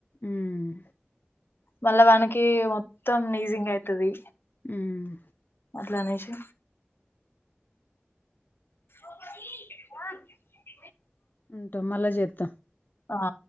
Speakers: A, on the left; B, on the left.
A: ఉమ్
B: మళ్ళ వాన కి మొత్తం నీజింగ్ అయితది
A: హుమ్
B: లానే శి కోకోని ఆ
A: ఉంటా మళ్ళా చేత
B: ఆ